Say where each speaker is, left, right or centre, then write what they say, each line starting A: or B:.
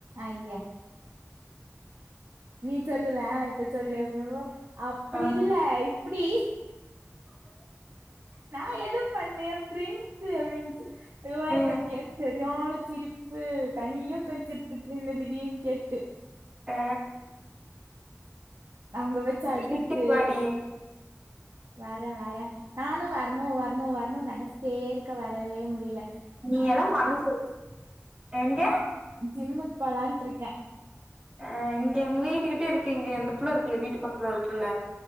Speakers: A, on the right (about 80°); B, on the right (about 20°).
A: ஐய்ய நீ சொல்லுவ அ இப்ப சொல்லு அப்டின்போ அப்டி
B: ஆ
A: இல்ல இப்டி நா எதுவு பண்ணல என் ஃப்ரெண்ட்ஸு அப்டின்னுச்சு அதுவா
B: ஆ
A: எனக்கு அது கேட்டு செரியான சிரிப்பு தனியா உக்காந்து சிரிச்சிட்டு இருந்த திடீனு கேட்டு
B: அ
A: அங்க வெச்சு அடிச்சு
B: வீட்டுக்கு வாடி
A: வேற வேற நானு வரணு வரணு வரணுன்னு நெனைச்சிட்டே இருக்க வரவே முடில
B: நீ எல்லா மனசு வெ எங்க
A: ஜிம்க்கு போலான்டிருக்க
B: அ இங்க எங்க வீட்டுக்கிட்ட இருக்கு இங்க அந்த புள்ள இருக்கல்ல வீட்டு பக்கத்துல ஒரு புள்ள